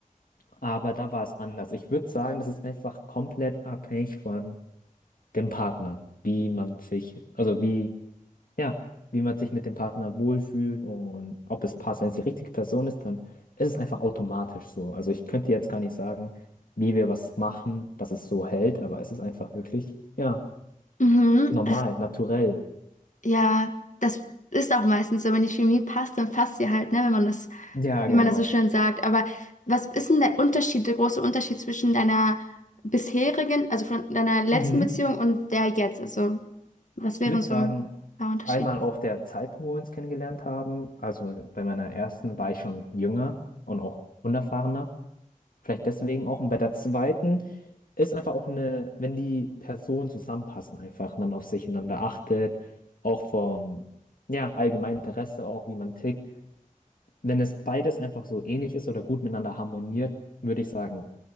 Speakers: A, on the left (about 80°); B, on the left (about 60°).
A: aber da war es anders. Ich würde sagen, das ist einfach komplett abhängig von dem Partner, wie man sich, also wie, ja, wie man sich mit dem Partner wohlfühlt und ob es passt. Wenn es die richtige Person ist, dann ist es einfach automatisch so. Also ich könnte jetzt gar nicht sagen, wie wir was machen, dass es so hält, aber es ist einfach wirklich, ja,
B: Mhm.
A: normal, naturell.
B: Ja, das ist auch meistens so, wenn die Chemie passt, dann passt sie halt, ne, wenn man das,
A: Ja,
B: wie
A: genau.
B: man das so schön sagt. Aber was ist denn der Unterschied, der große Unterschied zwischen deiner bisherigen, also von deiner letzten
A: Mhm.
B: Beziehung und der jetzt? Also, was
A: Ich
B: wären
A: würde
B: so
A: sagen,
B: ein paar Unterschiede?
A: einmal auch der Zeitpunkt, wo wir uns kennengelernt haben. Also bei meiner ersten war ich schon jünger und auch unerfahrener. Vielleicht deswegen auch. Und bei der zweiten ist einfach auch eine, wenn die Personen zusammenpassen, einfach man auf sich einander achtet, auch vom, ja, allgemeinen Interesse, auch wie man tickt. Wenn es beides einfach so ähnlich ist oder gut miteinander harmoniert, würde ich sagen,